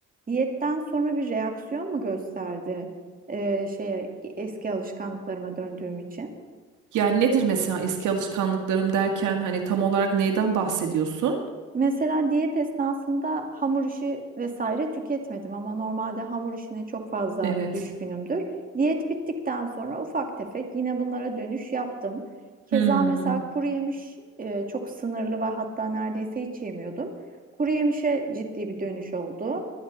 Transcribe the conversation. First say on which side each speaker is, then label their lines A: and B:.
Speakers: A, on the right; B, on the right.
A: diyetten sonra bir reaksiyon mu gösterdi e, şeye eski alışkanlıklarıma döndüğüm için?
B: Yani nedir mesela eski alışkanlıklarım derken hani tam olarak neyden bahsediyorsun?
A: Mesela diyet esnasında hamur işi vesaire tüketmedim ama normalde hamur işine çok fazla
B: Evet.
A: düşkünümdür. Diyet bittikten sonra ufak tefek yine bunlara dönüş yaptım. Keza
B: Hmm,
A: mesela kuru yemiş e, çok sınırlı ve hatta neredeyse hiç yemiyordum. Kuru yemişe ciddi bir dönüş oldu.